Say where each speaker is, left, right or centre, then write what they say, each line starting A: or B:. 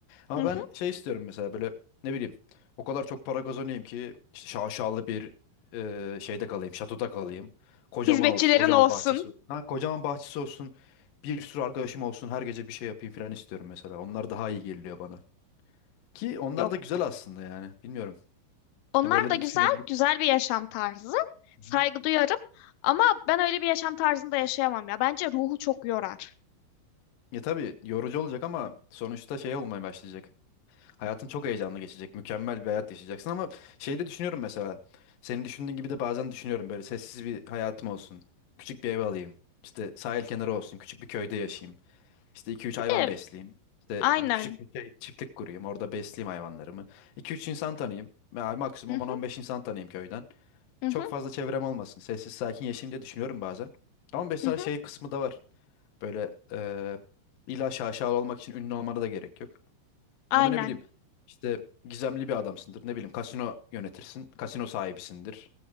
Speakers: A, on the left; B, on the left.
A: Ama
B: Hı hı.
A: ben şey istiyorum mesela böyle ne bileyim o kadar çok para kazanayım ki işte şaşalı bir e, şeyde kalayım şatoda kalayım. Kocaman
B: Hizmetçilerin
A: olsun kocaman
B: olsun.
A: bahçesi olsun. Ha, kocaman bahçesi olsun bir sürü arkadaşım olsun her gece bir şey yapayım falan istiyorum mesela. Onlar daha iyi geliyor bana. Ki onlar
B: Yok.
A: da güzel aslında yani bilmiyorum.
B: Onlar
A: Böyle
B: da
A: de
B: güzel,
A: düşünebilirim.
B: güzel bir yaşam tarzı.
A: Hı
B: Saygı
A: hı.
B: duyarım. Ama ben öyle bir yaşam tarzında yaşayamam ya. Bence ruhu çok yorar.
A: Ya tabii yorucu olacak ama sonuçta şey olmaya başlayacak. Hayatın çok heyecanlı geçecek. Mükemmel bir hayat yaşayacaksın ama şeyi de düşünüyorum mesela. Senin düşündüğün gibi de bazen düşünüyorum böyle sessiz bir hayatım olsun. Küçük bir ev alayım. İşte sahil kenarı olsun. Küçük bir köyde yaşayayım. İşte 2-3 hayvan
B: Bir de
A: besleyeyim. İşte
B: aynen.
A: küçük bir şey, çiftlik kurayım. Orada besleyeyim hayvanlarımı. 2-3 insan tanıyayım. Yani maksimum
B: Hı hı,
A: on on beş insan tanıyayım köyden.
B: hı
A: Çok
B: hı,
A: fazla çevrem olmasın. Sessiz sakin yaşayayım diye düşünüyorum bazen. Ama mesela
B: hı hı,
A: şey kısmı da var. Böyle eee illa şaşalı olmak için ünlü olmana da gerek yok.
B: aynen.
A: Ama ne bileyim işte gizemli bir adamsındır. Ne bileyim kasino yönetirsin. Kasino sahibisindir.